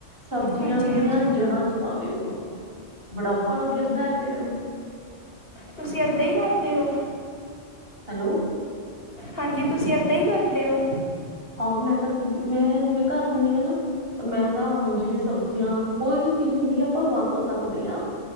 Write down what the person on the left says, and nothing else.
ਹਾਂਜੀ
ਹਾਂਜੀ
ਤੁਸੀਂ ਏਦਾਂ ਹੀ ਕਰਦੇ ਹੋ?
ਹਾਂਜੀ ਤੁਸੀਂ ਏਦਾਂ ਹੀ ਕਰਦੇ ਹੋ?